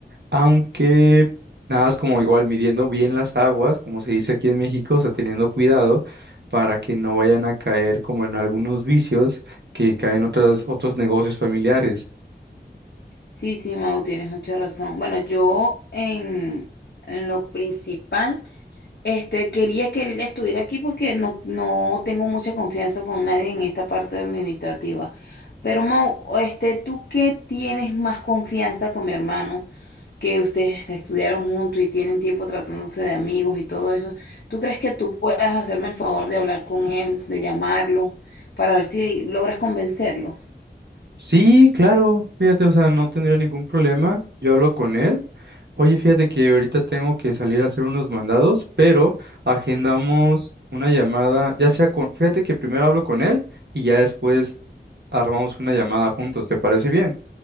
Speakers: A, on the right; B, on the left.
A: aunque
B: Sí, sí,
A: nada es como igual midiendo bien las aguas, como se dice aquí en México, o sea, teniendo cuidado para que no vayan a caer como en algunos vicios que caen otras, otros negocios familiares.
B: Sí, sí, Mau, tienes mucha razón. Bueno, yo en, en lo principal, este, quería que él estuviera aquí porque no, no tengo mucha confianza con nadie en esta parte administrativa. Pero Mau, este, ¿tú qué tienes más confianza con mi hermano? que ustedes estudiaron juntos y tienen tiempo tratándose de amigos y todo eso, ¿tú crees que tú puedas hacerme el favor de hablar con él, de llamarlo, para ver si logras convencerlo?
A: Sí, claro, fíjate, o sea, no tendría ningún problema. Yo hablo con él. Oye, fíjate que ahorita tengo que salir a hacer unos mandados, pero agendamos una llamada, ya sea con, fíjate que primero hablo con él y ya después armamos una llamada juntos, ¿te parece bien?